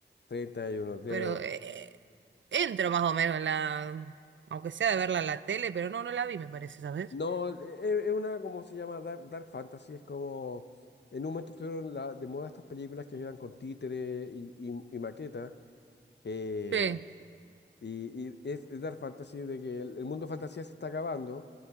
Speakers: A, on the left; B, on the right.
A: 31 creo.
B: pero eh, entro más o menos en la... Aunque sea de verla en la tele, pero no, no la vi, me parece, ¿sabes?
A: No, e- e- es una, ¿cómo se llama? Dark, Dark Fantasy. Es como, en un momento estuvieron la, de moda estas películas que eran con títeres y, y, y maquetas. eh,
B: Sí,
A: y, y es, es Dark Fantasy de que el, el mundo de fantasía se está acabando